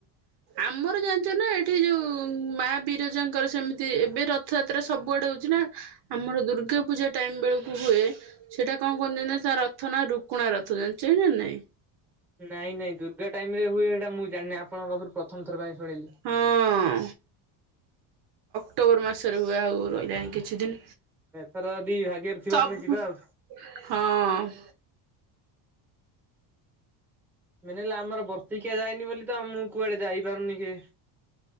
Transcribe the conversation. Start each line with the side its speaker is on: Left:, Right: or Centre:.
Right: ଆମର ଜାଣିଛ ନା, ଏଠି ଯୋଉ ମା ବିରଜାଙ୍କର ସେମିତି ଏବେ ରଥଯାତ୍ରା ସବୁଆଡେ ହଉଛି ନା ଆମର ଦୁର୍ଗା ପୂଜା ଟାଇମ ବେଳକୁ ହୁଏ। ସେଇଟା କଣ କୁହନ୍ତି ଜ ତା ରଥ ନା ରୁକୁଣା ରଥ ଜାଣିଚନ୍ତି ନା ନାଇଁ?
Centre: ନାଇଁ ନାଇଁ ଦୁର୍ଗା ଟାଇମ ରେ ହୁଏ। ସେଇଟା ମୁଁ ଜାଣିନି। ଆପଣଙ୍କ ପାଖରୁ ପ୍ରଥ ପ୍ରଥମ ଥର ପାଇଁ ଶୁଣିଲି।
Right: ହଁ। ଅକ୍ଟୋବର ମାସରେ ହୁଏ। ଆଉ ରହିଲାଣି କିଛିଦିନ।
Centre: ଏଥର ଯଦି ଭାଗ୍ୟରେ ଥିବା
Right: ସବୁ
Centre: ଆମେ ଯିବା ଆଉ।
Right: ହଁ।
Centre: ମେନ ହେଲା ଆମର ବର୍ଷିକିଆ ଯାଇନି ବୋଲି ତ ମୁଁ କୁଆଡେ ଯାଇପାରୁନି କି?